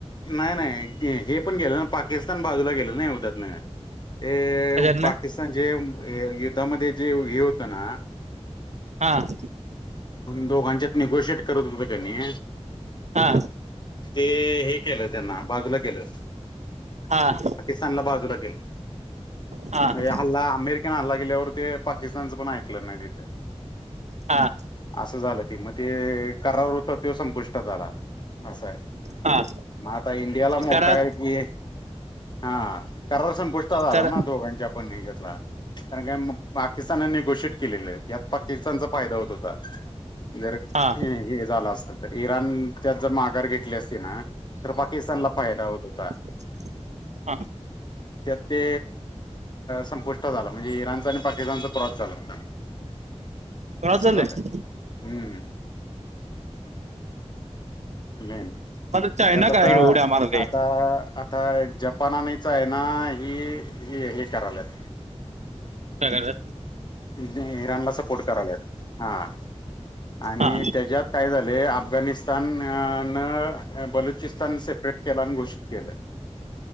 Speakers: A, on the left; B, on the right.
A: नाही नाही हे पण गेलं पाकिस्तान बाजूला गेलं ना युद्धातन. ते
B: कशातनं
A: पाकिस्तान जे युद्धामध्ये जे हे होत ना.
B: हां.
A: दोघांच्यात निगोशिएट करत होतं कणी.
B: हा
A: ते हे केलं त्यांन बाजूला केलं.
B: हां.
A: त्यानंला बाजूला केलं
B: हा
A: म्हणजे हल्ला अमेरि हल्ला केल्यावर ते पाकिस्तानचं पण ऐकलं नाही तिथे.
B: हा.
A: असं झालं ते मग ते करार होता त्यो संपुष्टात आला असंय.
B: हा
A: मग आता इंडियाला मोका
B: करा
A: आहे कि हा. करार संपुष्टात आला
B: करा
A: ना दोघांच्या पण हेज्यातला कारण काय पाकिस्तानानी घोषित केलेलं यात पाकिस्तानचा फायदा होत होता. जर
B: हा
A: हे झालं असत तर इराण त्यात जर माघार घेतली असती ना. तर पाकिस्तानला फायदा होत होता.
B: ह <inaudible> हा.
A: त्यात ते संपुष्ट झालं म्हणजे इराणचं आणि पाकिस्तानचा क्रॉस झाल आता.
B: करा
A: असं
B: चाललंय
A: झालं हम्म. मेन
B: मला चायना
A: त्यात आता
B: काय उड्या मारले
A: आता आ.. आता जपान आणि चायना हे हे हे कराल्यात.
B: काय करल्यात?
A: इराणला सपोर्ट कराल्यात हां आणि
B: हा
A: त्याज्यात. काय झाले अफगाणिस्तान न बलुचिस्तान सेपरेट केला आणि घोषित केलं.